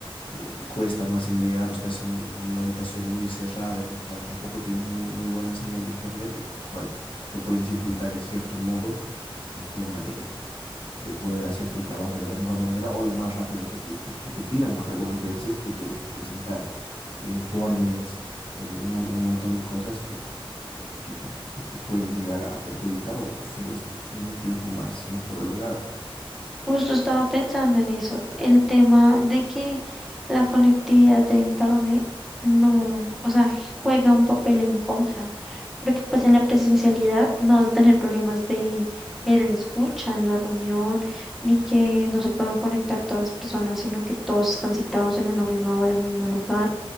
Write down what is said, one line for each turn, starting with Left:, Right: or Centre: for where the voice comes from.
Left: eh, cuesta más en llegar o estás en, en una habitación muy cerrada en la cual tampoco tienes mu- muy, buena señal de internet, en la cual te puede dificultar en cierto modo el tema de eh, poder hacer tu trabajo de la mejor manera o lo más rápido que te, que, que te pidan, porque algunas veces tú tienes que presentar informes o un, un montón de cosas que, que, te, que te pueden llegar a, a perjudicar o hacerlas en un tiempo más, más prolongado.
Centre: Justo estaba pensando en eso, el tema de que la conectividad de Internet no, o sea, juega un papel en contra, porque pues en la presencialidad no vas a tener problemas de el escucha en la reunión, ni que no se puedan conectar todas las personas, sino que todos están citados en una misma hora, en un mismo lugar,